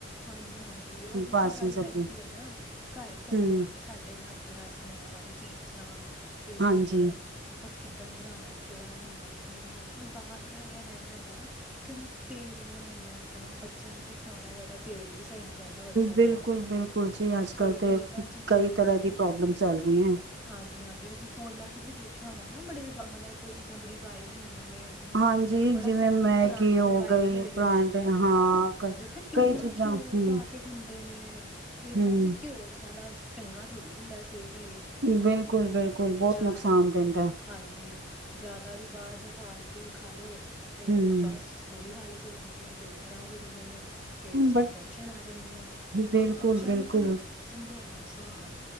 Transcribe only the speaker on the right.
ਬਾਸੀ
ਸਬਜ਼ੀ
ਹਮ
ਹਾਂਜੀ
ਬਿਲਕੁਲ
ਬਿਲਕੁਲ ਜੀ ਅੱਜ
ਕੱਲ ਤੇ
ਕਈ
ਤਰ੍ਹਾਂ ਦੀ
ਪ੍ਰੋਬਲਮ ਚੱਲ ਰਹੀ ਹੈ
ਹਾਂਜੀ
ਜਿਵੇਂ
ਮੈਗੀ
ਹੋ
ਗਈ
ਪਰਾਂਠੇ
ਹਾਂ ਕਈ
ਕਈ ਚੀਜ਼ਾਂ
ਹਮ
ਹਮ
ਬਿਲਕੁਲ- ਬਿਲਕੁਲ, ਬਹੁਤ
ਨੁਕਸਾਨ ਦਿੰਦੈ।
ਹਮ
ਬਟ
ਬਿਲਕੁਲ
ਬਿਲਕੁਲ